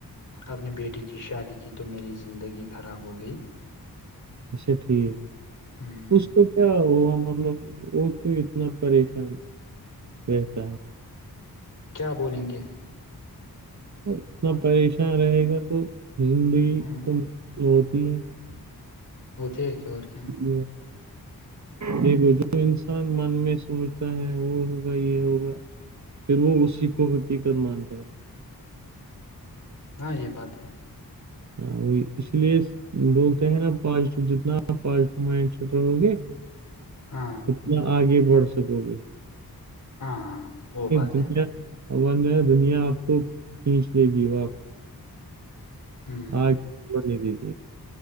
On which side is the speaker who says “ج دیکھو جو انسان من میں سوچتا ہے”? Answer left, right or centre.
Right